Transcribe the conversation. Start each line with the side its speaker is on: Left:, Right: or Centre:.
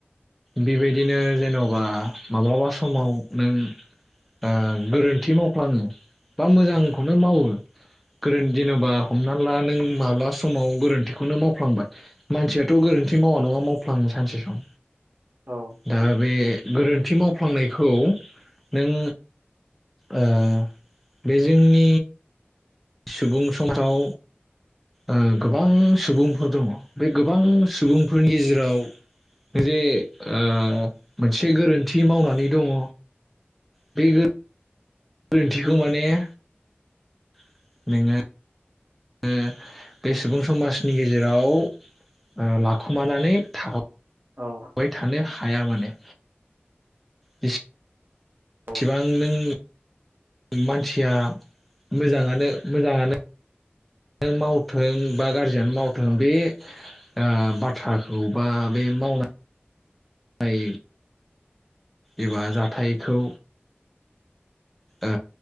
Centre: बेबायदिनो जेन'बा माब्लाबा समाव नों आ गोरोन्थि मावफ्लाङो बा मोजांखौनो मावो गोरोन <unintelligible> जेन'बा हमना ला नों माब्ला समाव गोरोन्थिखौनो मावफ्लांबाय मानसियाथ' गोरोन्थि मावा नङा मावफ्लाङो सानसे सम
Right: औ
Centre: दा बे गोरोन्थि मावफ्लांनायखौ नों ओ बे जोंनि सुबुं समाजाव ओ गोबां सुबुंफोर दङ' बे गोबां सुबुंफोरनि गेजेराव जे ओ मोनसे गोरोन्थि मावनानै दङ' बे गो रोन्थिखौ माने <unintelligible> <unintelligible> बे सुबुं समाजनि गेजेराव ओ लाखुमानानै था <unintelligible>
Right: औ
Centre: अवाय थानो हाया माने बिस
Right: औ
Centre: सिबां नों <unintelligible> मानसिया ब मोजाङानो मोजाङानो <unintelligible> मावथों बा गाज जियानो मावथों
Right: औ
Centre: बे आम बाथ्राखौ बा बे मावना नाय एबा जाथायखौ ओ